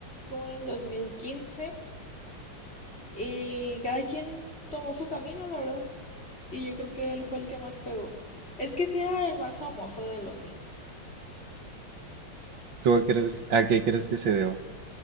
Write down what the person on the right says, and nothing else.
¿Tú a, crees, a qué crees que se deba?